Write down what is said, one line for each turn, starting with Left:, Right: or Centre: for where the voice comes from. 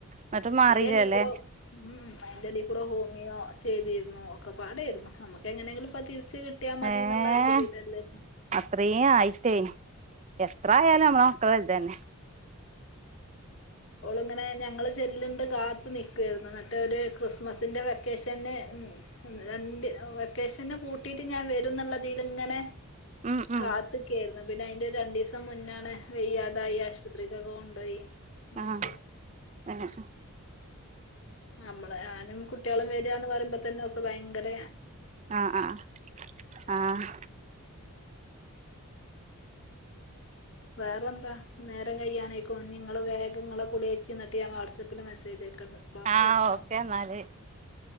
Right: എന്നിട്ടും മാറിയില്ലല്ലേ
Left: അയ്ൻ്റെടേക്കൂടെ ഉം അയ്ന്റെ എടേൽ കൂടെ ഹോമിയോ ചെയ്തിരുന്നു ഒക്കെ പാടെയിരുന്നു നമുക്ക് എങ്ങനെയെങ്കിലും ഇപ്പൊ തിരിച്ച കിട്ടിയാൽ മതി
Right: ഏഹ്
Left: എന്നുള്ള ഇ തീരല്ലേരുന്നു
Right: അത്രയും ആയിട്ടേ എത്ര ആയാലും അമ്മള <unintelligible> തന്നെ
Left: ഓളിങ്ങനെ ഞങ്ങള് ചെല്ലിണ്ട് കാത്തു നിക്കുവാരുന്നു മട്ടേ ഒരു ക്രിസ്മസിന്റെ വെക്കേഷന് രണ്ട് വെക്കേഷന് കൂട്ടീട്ട് ഞാൻ വരും എന്നുള്ളതിൽ ഇങ്ങനെ
Right: ഉം ഉം
Left: കാത്ത കേറുന്ന പിന്നെ അയിന്റെ രണ്ടീസം മുന്നാണ് വെയ്യാതായി ആശുപത്രീക്ക് ഒക്കെ കൊണ്ടോയി മരിച്ചത്
Right: ആഹ് ഏഹ്
Left: നമ്മള് ഞാനും കുട്ട്യാളും വരാന്ന് പറിമ്പോ തന്നെ ഓ ഭയ്ങ്കര
Right: ആഹ് ആഹ് ആഹ്
Left: വേറെ എന്താ നേരം കയ്യാനയ്ക്ക്ണു ഇഞ്ഞിങ്ങള് വേഗങ്ങളെ കുളിയച്ചി ഐന്നിട്ട് ഞാൻ വാട്സആപ്പിൽ മെസേജ് അയ് ബാക്കി
Right: ആഹ്
Left: വർത്താന
Right: ഓക്കെ എന്നാല് എന്നാ